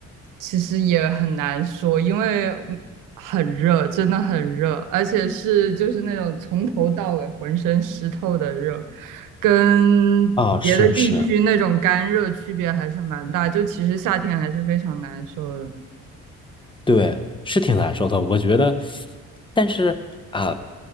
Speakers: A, on the right (about 85°); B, on the left (about 15°).
A: 其实也很难说，因为嗯很热，真的很热，而且是就是那种从头到尾浑身湿透的热，跟别的地区那种干热区别还是蛮大。
B: 啊，是是。
A: 就其实夏天还是非常难受的。
B: 对，是挺难受的，我觉得。但是啊，